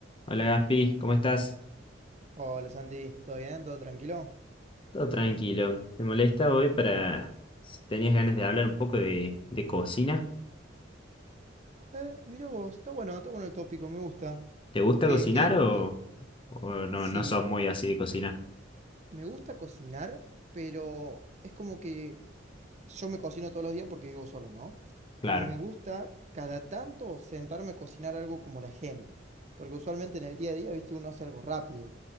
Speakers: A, on the left; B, on the right.
A: Hola Gaspi, ¿cómo estás?
B: Hola Santi, ¿todo bien? ¿Todo tranquilo?
A: Todo tranquilo. ¿Te molesta hoy para si tenías ganas de hablar un poco de, de cocina?
B: Eh, mira vos, está bueno, está bueno el tópico, me gusta.
A: ¿Te gusta
B: Que,
A: cocinar
B: que,
A: o,
B: que,
A: o no,
B: sí,
A: no sos muy así de cocina?
B: me gusta cocinar, pero es como que yo me cocino todos los días porque vivo solo, ¿no?
A: Claro,
B: Pero me gusta cada tanto sentarme a cocinar algo como la gente, porque usualmente en el día a día, viste, uno hace algo rápido.